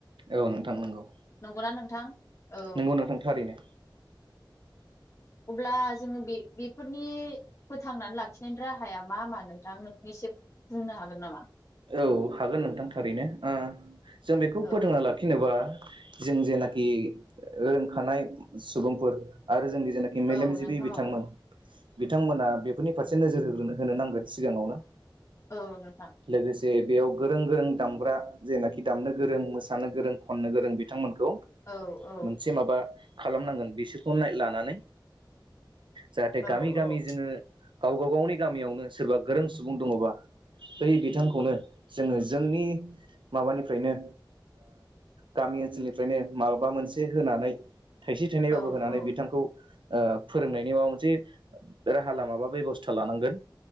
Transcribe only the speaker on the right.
औ नोंथां नंगौ
नंगौ नोंथां थारैनो
औ हागोन नोंथां थारैनो जों बेखौ
फोथोंना लाखिनोबा जों जेनाखि रोंखानाय सुबुंफोर आरो जोंनि जेनाखि मेलेमजिबि
बिथांमोन
बिथांमोना बेफोरनि फारसे नोजोर होग्रोनो होनो नांगोन सिगाङावनो
लोगोसे बेयाव गोरों गोरों दामग्रा जेनाखि दामनो गोरों मोसानो गोरों खननो गोरों बिथांमोनखौ
मोसे माबा खालामनांगोन बिसोरखौ लानानै जाहाथे
गामि गामि
जोङो गावबा गावनि गामियावनो सोरबा गोरों सुबुं दङबा बै बिथांखौनो जोङो जोंनि माबानिफ्रायनो गामि ओनसोलनिफ्रायनो माबा मोनसे होनानै थाइसे- थाइनैबाबो
होनानै
बिथांखौ फोरोंनायनि माबा मोनसे राहा लामा बा बेबस्था लानांगोन